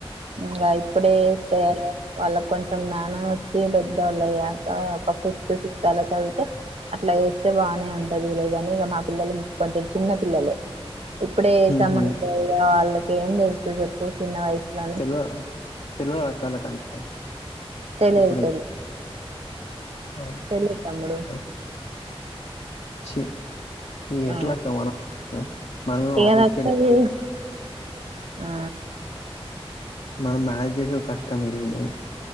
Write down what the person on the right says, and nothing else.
ఇంగ ఇప్పుడే వేస్తే ఎలా వాళ్ళకి కొంచెం జ్ఞానం వచ్చి పెద్దవాళ్ళు అయ్యాక ఒక ఫిఫ్త్ సిక్స్త్ అలా చదివుతే అట్లా వేస్తే బానే ఉంటది లేగాని ఇగ మా పిల్లలు ఇంక కొంచెం చిన్న పిల్లలు ఇప్పుడే
వేసామంటే ఇగ వాళ్ళకి ఏం తెలుసు చెప్పు చిన్న వయసుల
తెలియదు
తెలిదు
తెలియదు తమ్ముడు
ఆ
ఇగ
తప్పదు ఆ